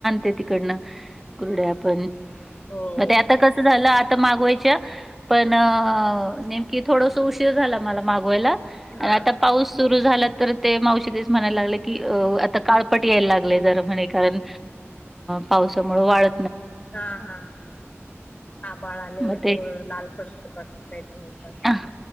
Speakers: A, in the centre; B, on the left.
A: तिकड कड पण
B: हो
A: मग
B: हो
A: आता कस झालं आता मागवायच्या पण नेमकी थोडस उशीर झाला मला मागवायला
B: हा
A: आता पाऊस सुरू झाला ते मावशीच म्हणायला लाग की आता काळपट यायला लागले ज म्हणे कारण पावसामुळे वाळ
B: हा हा ह बाळाले
A: मग
B: होते
A: ते
B: लालपट वाटत काही तर होत अस.
A: अ,